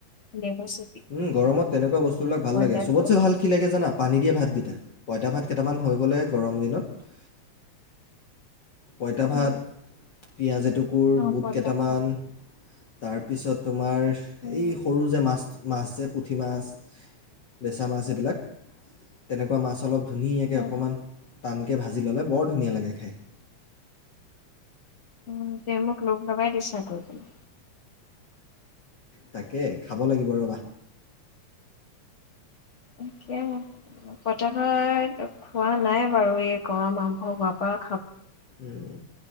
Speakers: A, on the left; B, on the left.
A: নেমুচ
B: উম, গৰমত তেনেকুৱা বস্তুবিলাক ভাল লাগে।
A: দাইলটো।
B: চবতচে ভাল কি লাগে জানা? পানী দিয়া ভাতকিটা, পঁইতা ভাত কেটামান হৈ গলে গৰম দিনত পঁইতাভাত
A: উম,
B: পিয়াজে কুকুৰ
A: অ',
B: বুট
A: পইতা
B: কেটামান
A: ভাত
B: তাৰপিছতো আমাৰ এই
A: উম,
B: সৰু যে, মাছ মাছ যে পুঠি মাছ, বেচা মাছ এইবিলাক তেনেকুৱা মাছ অলপ ধুনীয়াকে
A: উম।
B: অকণমান টানকে ভাজি ল'লে বৰ ধুনীয়া লাগে খাই।
A: উম, তে মোক লোভ লগাই দিছা কৈ পেলাই।
B: তাকে খাব লাগিব ৰ'বা।
A: তাকে পঁইতাভাত খোৱা নাই বাৰু এই গৰম আম অ', বাপাক
B: উম,